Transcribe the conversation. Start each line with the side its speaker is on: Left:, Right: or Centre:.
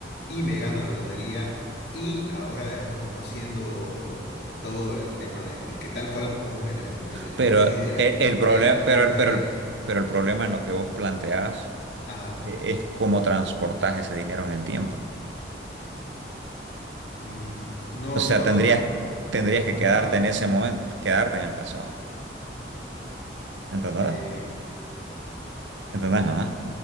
Left: y me gano la lotería. Y ahora, digamos, conociendo todo el tema, de este, que tal cual como vos me, le- me, le- me
Right: Pero
Left: decís de la
Right: el,
Left: criptomoneda,
Right: el problema, pero,
Left: compraría.
Right: pero, el, pero el problema en lo que vos planteás
Left: Ajá.
Right: eh, es cómo transportás ese dinero en el tiempo.
Left: Mm, No,
Right: O sea,
Left: no
Right: tendrías,
Left: lo otra.
Right: tendrías
Left: Ajá,
Right: que quedarte
Left: no lo.
Right: en ese momento, quedarte en el pasado. ¿Entendés?
Left: eh,
Right: ¿Entendés, no?